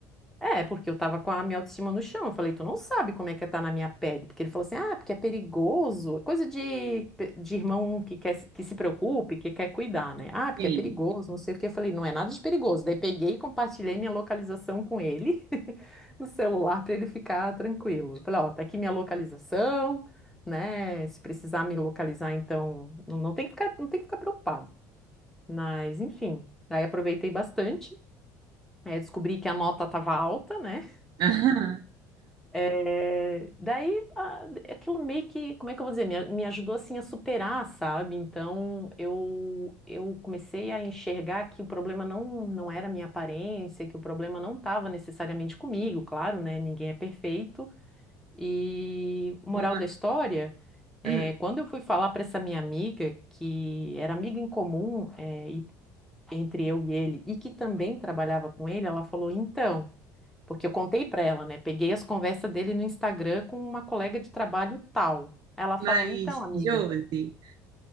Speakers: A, in the centre; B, on the right.
A: é, porque eu tava com a minha autoestima no chão. Eu falei, tu não sabe como é que é tá na minha pele. Porque ele falou assim, ah, porque é perigoso. Coisa de, de irmão que quer, se- que se preocupe, que quer cuidar, né? Ah, porque
B: Sim.
A: é perigoso, não sei o quê. Eu falei, não é nada de perigoso. Daí peguei e compartilhei minha localização com ele <laughs> no celular para ele ficar tranquilo. Eu falei, ó, tá aqui minha localização, né? Se precisar me localizar, então, não, não tem que ficar, não tem que ficar preocupado. Mas, enfim, daí aproveitei bastante. Aí eu descobri que a nota estava alta, né?
B: Aham.
A: É, daí, ah, aquilo meio que, como é que eu vou dizer, me, me ajudou assim a superar, sabe? Então, eu, eu comecei a enxergar que o problema não, não era a minha aparência, que o problema não estava necessariamente comigo, claro, né? Ninguém é perfeito. E, moral
B: Uma...
A: da história, é,
B: hum.
A: quando eu fui falar para essa minha amiga, que era amiga em comum, é, e- entre eu e ele, e que também trabalhava com ele, ela falou, então. Porque eu contei pra ela, né? Peguei as conversas dele no Instagram com uma colega de trabalho tal. Ela falou:
B: Mas,
A: Então, amiga,
B: Josi,